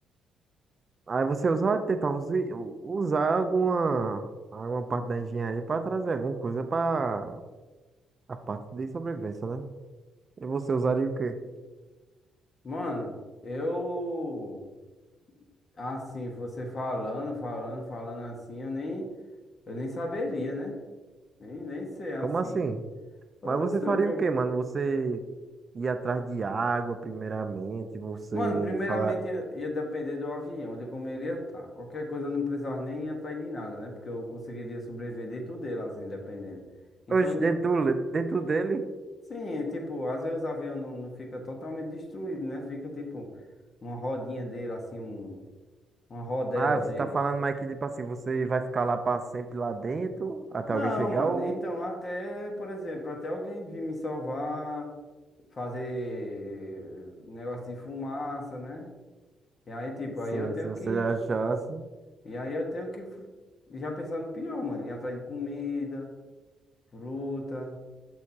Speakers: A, on the right; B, on the left.
A: Aí você usa, tentava usi- u- usar alguma, alguma parte da engenharia para trazer alguma coisa para a parte de sobrevivência, né? E você usaria o quê?
B: Mano, eu. Assim, você falando, falando, falando assim, eu nem. Eu nem saberia, né? Nem, nem sei assim.
A: Como assim?
B: Eu
A: Mas
B: não
A: você
B: sei
A: faria
B: o que eu.
A: o quê, mano? Você ia atrás de água, primeiramente, você
B: Mano, primeiramente
A: falar,
B: ia, ia depender do avião, de como ele ia estar. Qualquer coisa eu não precisava nem ir atrás de nada, né? Porque eu conseguiria sobreviver de tudo dele, assim, dependendo. Então,
A: oxe, dentro, do le- dentro dele.
B: Sim, tipo, às vezes o avião não, não fica totalmente destruído, né? Fica tipo uma rodinha dele, assim, um, uma rodela
A: Ah, você
B: dele.
A: tá falando, mas que tipo assim, você vai ficar lá pra sempre lá dentro, até
B: Não,
A: alguém chegar
B: mano,
A: ou...
B: então até, por exemplo, até alguém vir me salvar, fazer negócio de fumaça, né? E aí, tipo,
A: Sim,
B: aí eu tenho
A: se você
B: que.
A: achasse, o
B: E aí eu tenho que fu- já pensar no pior, mano. Ir atrás de comida, fruta.